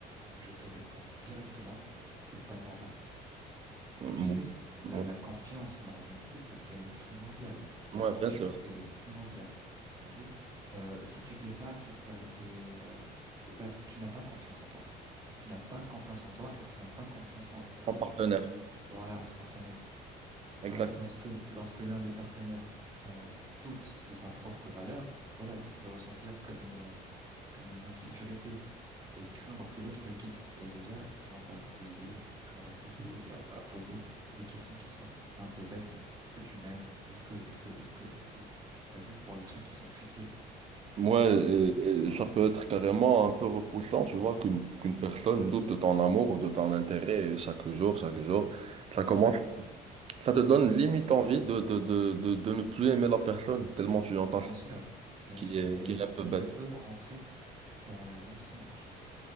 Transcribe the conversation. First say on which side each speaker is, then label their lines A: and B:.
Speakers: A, on the right (about 20°); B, on the right (about 35°).
A: Je te réponds directement, c'est pas normal.
B: Euh,
A: Tu sais,
B: Ouais,
A: la, la confiance dans un couple, elle est primordiale. La
B: ouais,
A: confiance,
B: bien sûr.
A: elle est primordiale. T'as vu? Euh, si tu fais ça, c'est que t'as, c'est, euh, t- t'as- tu n'as pas confiance en toi. Tu n'as pas confiance en toi et tu n'as pas confiance en, euh,
B: Ton partenaire.
A: voilà, à ton partenaire.
B: Exact.
A: Voilà, lorsque, lorsque l'un des partenaires euh, doute de sa propre valeur, voilà, il peut ressentir comme une comme une insécurité et craindre que l'autre le quitte. Et déjà, il commence à fouiller, il commence à pousser, à, à poser des questions qui sont un peu bêtes. Que tu m'aimes? Est-ce que, est-ce que, est-ce que, est-ce que, t'as vu pour des trucs qui sont futiles
B: Ouais,
A: Mhm.
B: et- et ça peut être carrément un peu repoussant, tu vois, qu'une qu'une personne doute de ton amour ou de ton intérêt chaque jour, chaque jour. Ça commence,
A: chaque jour.
B: ça te donne limite envie de, de, de, de, de ne plus aimer la personne, tellement tu entends
A: Mais bien
B: ça.
A: sûr, bien
B: qui
A: sûr.
B: est,
A: Et, et,
B: qui est un peu bête.
A: et tu peux rentrer dans le mensonge.